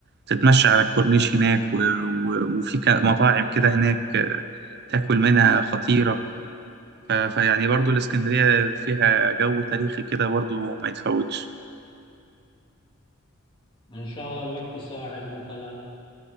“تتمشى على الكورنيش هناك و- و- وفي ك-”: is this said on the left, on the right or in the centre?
Right